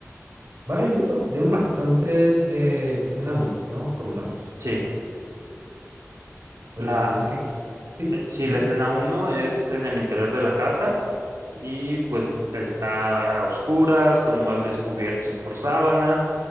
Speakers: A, on the right (about 60°); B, on the right (about 85°).
A: Vale, listo, de una.
B: Va.
A: Entonces, eh, escena uno, ¿no? Comenzamos.
B: Sí,
A: Entonces,
B: la,
A: pone que aquí... Sí,
B: eh, sí,
A: dime.
B: la escena uno es en el interior de la casa y pues es- está a oscuras, con muebles cubiertos por sábanas,